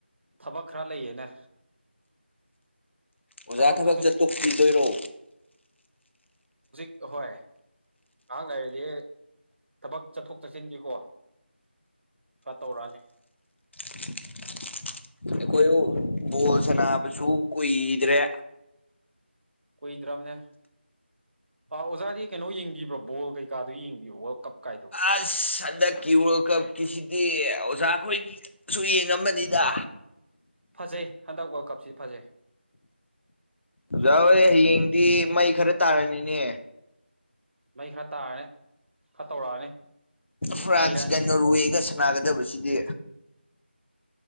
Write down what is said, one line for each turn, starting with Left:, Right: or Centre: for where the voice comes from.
Right: ꯊꯕꯛ ꯈꯔ ꯂꯩꯌꯦꯅꯦ
Left: ꯑꯣꯖꯥ
Right: ꯆꯠꯊꯣꯛ
Left: ꯊꯕꯛ
Right: ꯆꯠꯁꯤꯟ
Left: ꯆꯠꯇꯣꯛꯄꯤꯗꯣꯏꯔꯣ
Right: ꯑꯍꯣꯏ ꯉꯍꯥꯡ ꯂꯩꯔꯗꯤ ꯊꯕꯛ ꯆꯠꯊꯣꯛ ꯆꯠꯁꯤꯟꯒꯤꯀꯣ ꯈꯔ ꯇꯧꯔꯛꯑꯅꯤ
Left: <inaudible> ꯑꯩꯈꯣꯏ ꯕꯣꯜ ꯁꯅꯥꯕꯁꯨ ꯀꯨꯏꯗ꯭ꯔꯦ
Right: ꯀꯨꯏꯗ꯭ꯔꯝꯅꯦ ꯑꯥ ꯑꯣꯖꯥꯗꯤ ꯀꯩꯅꯣ ꯌꯦꯡꯕꯤꯕ꯭ꯔꯣ ꯕꯣꯜ ꯀꯩꯀꯥꯗꯨ ꯌꯦꯡꯕꯤꯌꯣ ꯋꯥꯔꯜ ꯀꯞ ꯀꯥꯏꯗꯣ
Left: ꯑꯁ ꯍꯟꯗꯛꯀꯤ ꯋꯥꯔꯜ ꯀꯞ ꯀꯤꯁꯤ ꯒꯤ ꯑꯣꯖꯥ ꯈꯣꯏꯒꯤ ꯁꯨ ꯌꯦꯡꯉꯝꯃꯅꯤꯗ
Right: ꯐꯖꯩ ꯍꯟꯗꯛ ꯋꯥꯔꯜ ꯀꯞꯁꯤ ꯐꯖꯩ
Left: ꯑꯣꯖꯥ ꯍꯣꯏ ꯍꯌꯦꯡꯗꯤ ꯃꯩ ꯈꯔ ꯇꯥꯔꯅꯤꯅꯦ
Right: ꯃꯩ ꯈꯔ ꯇꯥꯔꯅꯤ ꯈꯔ ꯇꯧꯔꯛꯑꯅꯤ
Left: ꯐ꯭ꯔꯥꯟꯁ
Right: ꯅꯩꯔꯛꯑꯅꯤ
Left: ꯕꯦꯒꯟꯅꯣꯔꯋꯦꯒ ꯁꯥꯟꯅꯒꯗꯕꯁꯤꯗꯤ